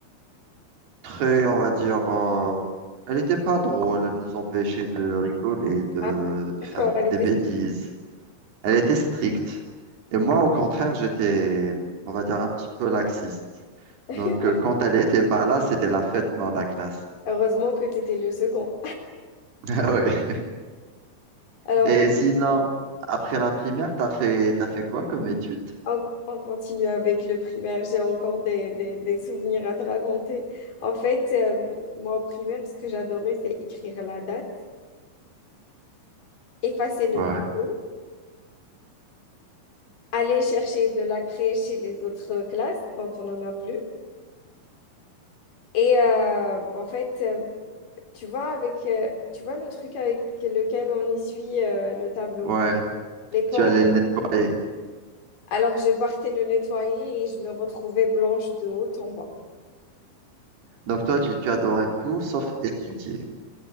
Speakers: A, on the right; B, on the left.
A: très, on va dire, euh, elle n'était pas drôle, elle nous empêchait de rigoler, de,
B: Ah,
A: de
B: d'accord,
A: faire
B: elle
A: des
B: était...
A: bêtises. Elle était stricte. Et moi, au contraire, j'étais, on va dire, un petit peu laxiste.
B: <laughs>
A: Donc, euh, quand elle n'était pas là, c'était la fête dans la classe. <laughs>
B: Heureusement que t'étais le second.
A: Ah ouais.
B: Alors,
A: Et sinon, après la primaire, t'as fait, t'as fait quoi comme études
B: on, on continue avec le primaire. J'ai encore des, des- des souvenirs à te raconter. En fait, euh, moi, au primaire, ce que j'adorais, c'est écrire la date, effacer le
A: Ouais.
B: tableau, aller chercher de la craie chez les autres classes quand on en a plus. Et euh, en fait, euh, tu vois, avec, euh, tu vois le truc avec lequel on essuie euh, le tableau,
A: Ouais,
B: les pans.
A: tu allais le nettoyer.
B: Alors, je partais le nettoyer et je me retrouvais blanche de haut en bas.
A: Donc, toi, tu, tu adorais tout sauf étudier.